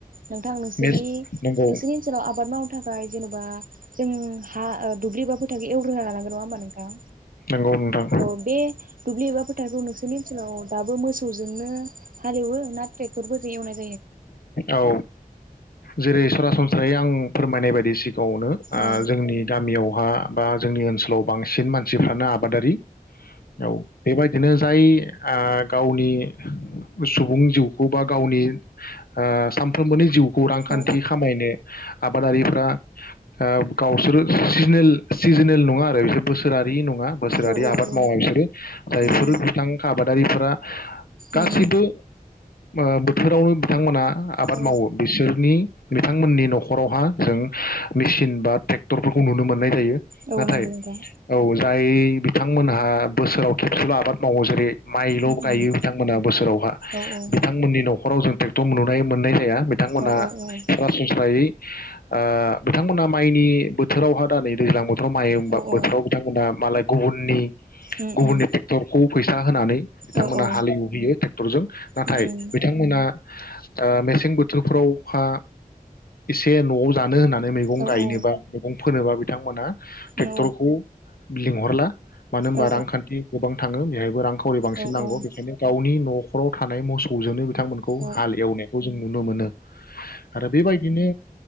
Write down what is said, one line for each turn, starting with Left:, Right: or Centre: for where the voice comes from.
Right: नोंथां नोंसोरनि
Left: मेस नंगौ
Right: नोंसोरनि ओनसोलाव आबाद मावनो थाखाय जेनबा जों हा ओ दुब्लिबाबो नि थाखाय एवग्रोना लानांगोन नङा होमबा नोंथां?
Left: नंगौ नोंथां।
Right: औ बे दुब्लि एबा फोथ <unintelligible> नोंसोरनि ओनसोलाव दाबो मोसौ जोंनो हालिवो ना ट्रेक्टर बो एवनाइ
Left: औ जेरै सरासनस्रायै आं फोरमायनाय बायदि सिग न'आवनो ओ
Right: औ
Left: जोंनि गामियाव हा बा जोंनि ओनसोलाव बांसिन मानसिफ्रानो आबादारि। औ बेबायदिनो। जाय ओ गावनि सुबुं जिउखौ बा गावनि‌। ओ सानफ्रोमबोनि जिउ। खौ रांखान्थि
Right: औ
Left: खामायनो आबादारिफ्रा। अ गावसोरो सिजोनेल नङा आरो बिसोर बोसोरारि नङा। बोसोरारि
Right: औ औ
Left: आबाद
Right: औ
Left: मावा बिसोरो जायफोर
Right: उम
Left: बिथां आबाद। आबादारिफोरा। गासिबो।
Right: उम
Left: अ बोथोरावनो। बिथांमोनहा आबाद
Right: औ
Left: मावो बिसोरनि बिथांमोननि नखरावहा जों मेसिन बा ट्रेक्टरफोरखौ नुनो मोननाय जायो।
Right: औ
Left: नाथाय
Right: नंगौ नोंथां
Left: औ जाय। बिथांमोनहा बोसोराव खेबसेल आबाद मावो जेरै। माइल
Right: उम
Left: गायो
Right: उम
Left: बिथांमोनहा बोसोरावहा
Right: औ औ
Left: बिथांमोननि न। हराव जों। थ नुनाय मोननाय जाया। बिथांमोना
Right: औ औ
Left: सरासनस्रायै। ओ बिथांमोना माइनि बोथोरावहा दा नै दैज्लां बोथोर। ओ मा होमबा
Right: औ
Left: बोथोराव
Right: औ
Left: बिथांमोना मालाय। गुबुननि।
Right: उम
Left: गुबुननि
Right: उम
Left: तेक्टरखौ। फैसा होनानै। बिथांमोना
Right: औ औ
Left: हालेवहैयो ट्रेक्टरजों नाथाय
Right: उम उम
Left: बिथांमोना ओ मेसें बोथोरफोराव अखा एसे नआव जानो होनना मैगं
Right: औ
Left: गायनोबा
Right: औ
Left: मैगं फोनोबा बिथांमोना टेक्टरखौ
Right: औ
Left: लिंहरला। मानो होनबा
Right: औ
Left: रांखान्थि गोबां थाङो बेहायबो रांखौ। सावरि बांसिन
Right: औ
Left: नांगौ
Right: उम
Left: बेखायनो गावनि न। हराव थानाय मोसौजोंनो बिथांमोन खौ
Right: औ
Left: हाल एवनायखौ जों नुनो मोनो। आरो बेबायदिनो